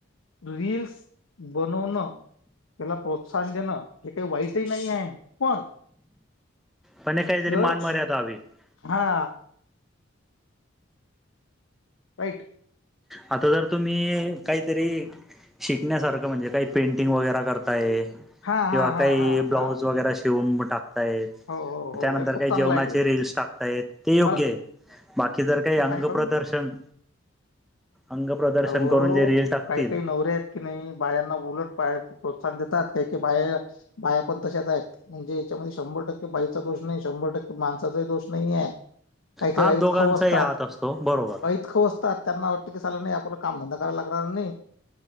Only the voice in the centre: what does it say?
पण हे काहीतरी
<unintelligible>
आता जर तुम्ही काहीतरी शिकण्यासारखं म्हणजे काही पेंटिंग वगैरे करताय
किंवा
काही
ब्लाऊज
वगैर श ठेवून म टाकताय
त्यानंतर
काही
जेवणाचे
रीलस टाकताय ते योग्य
आहे. बाकी जर काही
अंग
प्रदर्शन
अंग प्रदर्शन
करून जे रील टाकतील
<unintelligible>
हा
दोघांचाही
हात असतो बरोबर